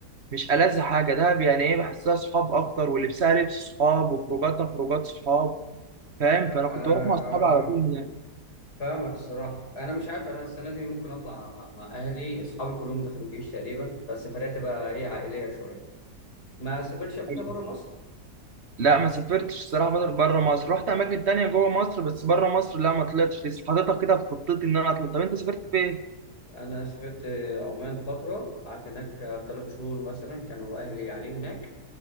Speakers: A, on the right; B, on the left.
A: مش ألذ حاجه دهب يعني ايه بحسها صحاب اكتر ولبسها لبس صحاب وخروجاتها خروجات صحاب فاهم
B: آه،
A: فانا
B: انا
A: كنت بروح مع اصحابي
B: اه
A: على طول
B: اه فاهمك الصراحه انا مش عارف انا السنه دي ممكن اطلع مع اهلي اصحابي كلهم دخلوا الجيش تقريبا فالسفريه تبقى ايه عائليه شويه ما سافرتش قبل كده
A: يعني
B: بره مصر
A: لا ما سافرتش الصراحه بره بره مصر رحت اماكن تانية جوه مصر بس بره مصر لا ما طلعتش لسه حاططها كده في خطتي ان انا اطلع طب انت سافرت فين
B: انا سافرت عمان فتره قعدت هناك ثلاث شهور مثلا كانوا اهلي قاعدين هناك